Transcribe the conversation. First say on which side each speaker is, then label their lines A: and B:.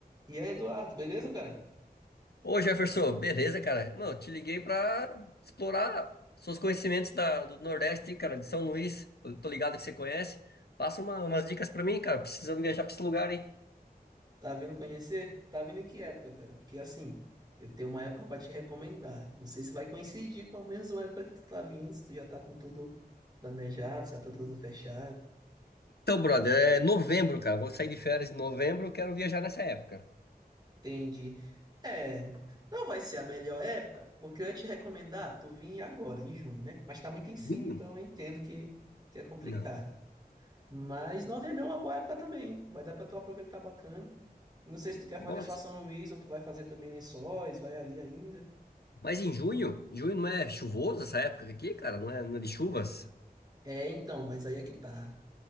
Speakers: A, on the right; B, on the left.
A: E aí, Eduardo, beleza, cara?
B: Ô Jefferson, beleza, cara? Mano, te liguei pra explorar seus conhecimentos da- do Nordeste, cara, de São Luís. Eu tô ligado que você conhece. Passa uma- umas dicas pra mim, cara. Precisando viajar pra esse lugar, hein?
A: Tá vindo conhecer? Tá vindo em que época, cara? Porque assim, eu tenho uma época pra te recomendar. Não sei se vai coincidir com a mesma época que tu tá vindo, se tu já tá com tudo planejado, se já tá tudo fechado.
B: Então, brother, é novembro, cara. Vou sair de férias em novembro, quero viajar nessa época.
A: Entendi. É, não vai ser a melhor época, porque eu ia te recomendar tu vir agora, em junho, né? Mas tá muito em cima,
B: Junho?
A: então eu entendo que, que é complicado.
B: Não.
A: Mas novembro é uma boa época também. hein? Vai dar pra tu aproveitar bacana. Não sei se tu quer
B: Nossa.
A: fazer só São Luís ou tu vai fazer também Lençóis, vai ali ainda.
B: Mas em junho? Junho não é chuvoso essa época aqui, cara? Não é, não é de chuvas?
A: É, então, mas aí é que tá.